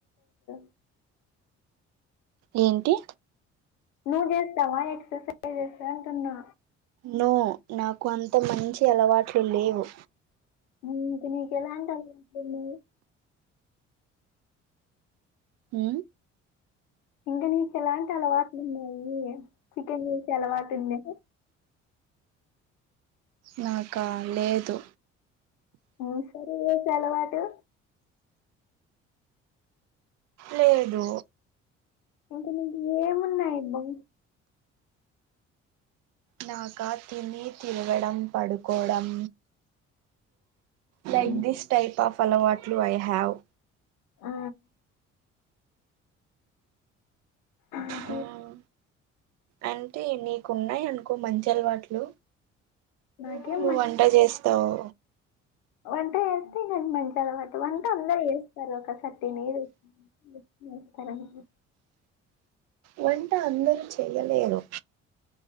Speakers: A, on the left; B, on the right.
A: <unintelligible>
B: ఏంటి
A: నువ్వు చేస్తావ ఎక్ససైజ్స్ చేస్తావ అంటున్నా
B: నో నాకు అంత మంచి అలవాట్లు లేవు
A: మరి ఇంక నీకు ఎలాంటి అలవాట్లు <unintelligible>
B: హు
A: ఇంగ నీకు ఎలాంటి అలవాట్లు ఉన్నాయి చికెన్ చేసే అలవాటు ఉందా
B: నాక లేదు
A: <unintelligible>
B: లేదు
A: ఇంక నీకు ఏమున్నాయి అబ్బ
B: నాక తిని తిరగడం పడుకోవడం like
A: um,
B: this type of అలవాట్లు ఐ హ్యావ్
A: ఆ ఇంకే-
B: హ్మ్ అంటే నీకున్నాయి అనుకో మంచి అలవాట్లు
A: నాకేం
B: <unintelligible>
A: మ-
B: <unintelligible> చేస్తావు
A: వంట వేస్తే ఇంటి మంచి అలవాటు వంట అందరు చేస్తారు ఒకసారి తినీ <unintelligible>
B: వంట అందరు చెయ్యలేను